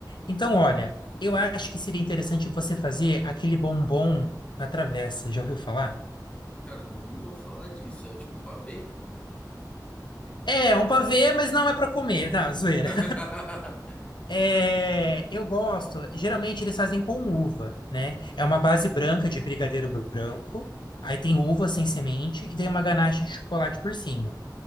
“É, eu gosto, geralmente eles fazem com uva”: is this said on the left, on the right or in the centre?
Left